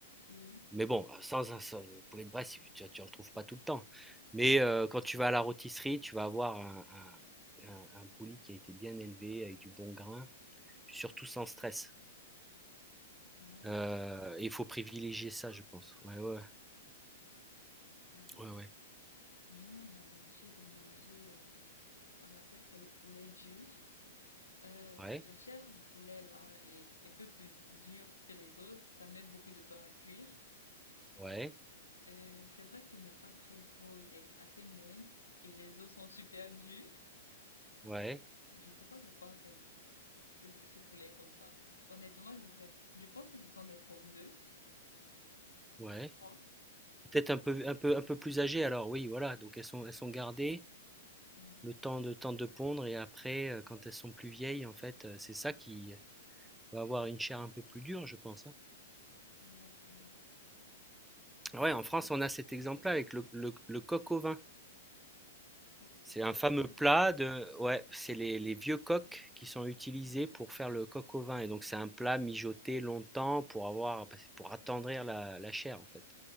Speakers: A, on the left (about 85°); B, in the centre.
A: Oui.
B: Mais bon, euh, sans, un- sans- poulet de Bresse, tu, tu en trouves pas tout le temps. Mais euh, quand tu vas à la rôtisserie, tu vas avoir un, un- un- un poulet qui a été bien élevé, avec du bon grain, surtout sans stress.
A: Oh.
B: Euh, et il faut privilégier ça, je pense. Ouais, ouais,
A: Euh,
B: ouais, ouais,
A: nous, on a l'habitude de manger, euh, on appelle ça le poulet dur. Euh,
B: ouais,
A: la chair du poulet là est est un peu plus dure que les autres. Ça met beaucoup de temps à cuire.
B: ouais,
A: Euh, c'est vrai qu'il n'est pas très gros, il est assez mince et les os sont super durs.
B: ouais,
A: Je sais pas pourquoi c'est ce poulet est comme ça. Honnêtement, je sais, je pense que ce sont des pondeuses,
B: ouais. ouais.
A: je crois.
B: Peut-être un peu, un peu, un peu plus âgées alors, oui, voilà. Donc elles sont, elles sont gardées
A: Oui,
B: le temps de, temps de pondre et après, euh, quand elles sont plus vieilles, en fait, euh, c'est ça qui va avoir une chair un peu plus dure, je pense, hein.
A: exactement.
B: Ouais, en France, on a cet exemple-là avec le, le- le coq au vin.
A: Donc,
B: C'est
A: coq
B: un fameux
A: au vin
B: plat de, ouais, c'est les, les vieux coqs qui sont utilisés pour faire le coq au vin. Et donc, c'est un plat mijoté longtemps pour avoir, pour attendrir la, la chair, en fait.